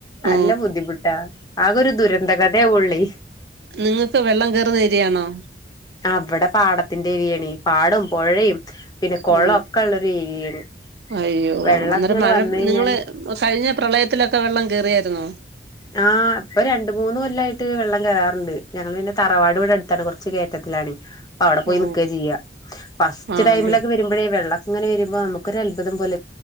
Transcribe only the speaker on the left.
നല്ല
ബുദ്ധിമുട്ടാ ആകൊ ഒരു ദുരന്ത <unintelligible> <unintelligible> ള്ളി
അവിടെ <unintelligible> പാടും പുഴയും പിന്നെ കുളം
ഒക്കെ ഉള്ള ഒരു ഏരിയാണ്
വെള്ളൊക്കെ
ഇങ്ങട്
വന്ന് കഴിഞ്ഞാല്
ആ ഇപ്പൊ രണ്ട മൂന്ന് കൊല്ലംായിട്ട് വെള്ളം കയററുണ്ട് ഞങ്ങ പിന്നെ തറവാട് ഇവിടെ അടുത്താണ് കുറച്ച് കയറ്റത്തിലാണ് അവിടെ പോയി
നൽക്ക ചെയ്യ ഫസ്റ്റ്
ടൈമിലൊക്കെ വരുമ്പോഴേ വെള്ള അങ്ങനെ വരുമ്പോ നമുക്ക ഒരു അത്ഭുതം പോലെ